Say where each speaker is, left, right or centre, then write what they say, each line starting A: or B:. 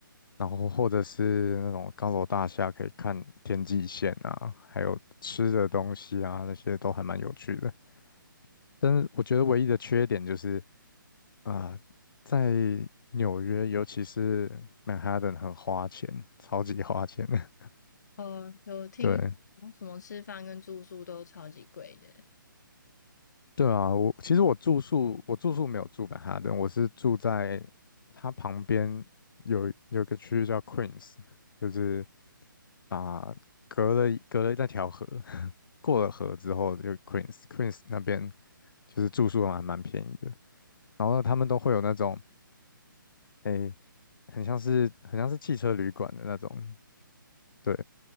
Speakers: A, on the left; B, on the left.
A: 然后或者是那种高楼大厦，可以看天际线啊，还有吃的东西啊，那些都还蛮有趣的。但是我觉得唯一的缺点就是啊、在纽约，尤其是曼哈顿，很花钱，超级花钱的。
B: 呃，有听说什么吃饭跟住宿都超级贵的。
A: <laughs> 对对啊，我其实我住宿，我住宿没有住曼哈顿，我是住在它旁边有有一个区域叫 Queens，就是。啊，隔了隔了那条河，<laughs> 过了河之后就 Queens，Queens 那边就是住宿还蛮便宜的。然后他们都会有那种，诶、很像是很像是汽车旅馆的那种，对，